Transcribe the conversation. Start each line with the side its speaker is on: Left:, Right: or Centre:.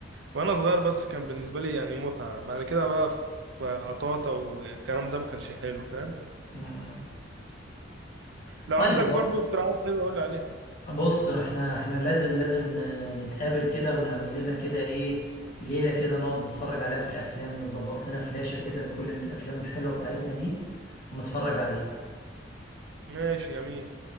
Right: وانا صغير بس كان بالنسبه لي يعني متعه بعد كده بقى ف- فقطاطا والكلام ده ما كانش حلو فاهم
Left: مم.
Right: لو
Left: طيب
Right: عندك برضو
Left: هو-
Right: اقتراحات حلوه قول لي عليها
Left: بص احنا احنا لازم لازم ن- نتقابل كده ونعمل لنا كده ايه ليلة كده نقعد نتفرج عليها في الافلام نظبط لنا فلاشة كده لكل الافلام الحلوة بتاعتنا دي ونتفرج عليها
Right: ماشي جميل